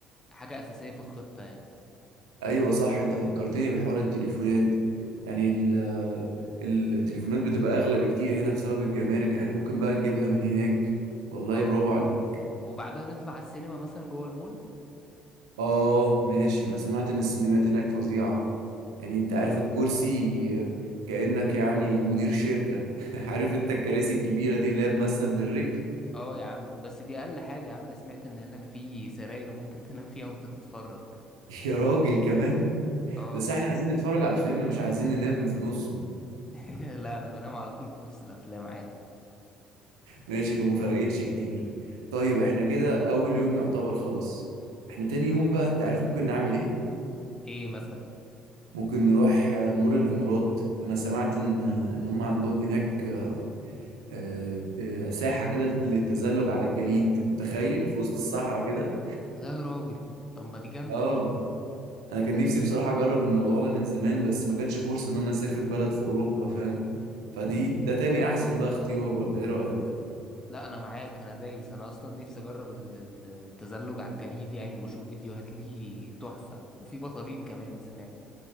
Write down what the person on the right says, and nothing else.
ايوه صح انت فكرتني بحوار التليفونات يعني ال التليفونات بتبقى اغلى بكتير هنا بسبب الجمارك احنا ممكن بقى نجيبها من هناك والله
برافو عليك
اه ماشي انا سمعت ان السينمات هناك فظيعة يعني انت عارف الكرسي كأنك يعني مدير شركة <laughs> عارف انت الكراسي الكبيرة دي اللي هي بمسند للرجل
<laughs> يا راجل كمان
بس احنا عايزين نتفرج على الفيلم مش عايزين ننام في نصه
ماشي يبقى ما فرقتش كتير طيب احنا كده اول يوم يعتبر خلاص احنا تاني يوم بقى انت عارف ممكن نعمل ايه
ممكن نروح آه، مول الامارات انا سمعت ان آه، ان هم عندهم هناك آه، آه، ساحة كده للت- للتزلج على الجليد متخيل في وسط الصحراء كده
اه
انا كان نفسي بصراحة اجرب الموضوع ده من زمان بس ما جاتش فرصة ان انا اسافر بلد في اوروبا فاهم فدي ده تاني احسن بقى اختيار ولا ايه رأيك